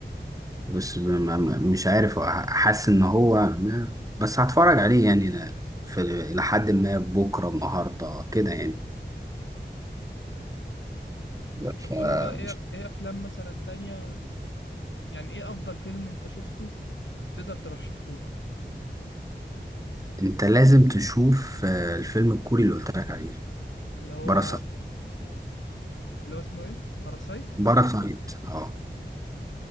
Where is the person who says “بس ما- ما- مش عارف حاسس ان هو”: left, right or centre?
Right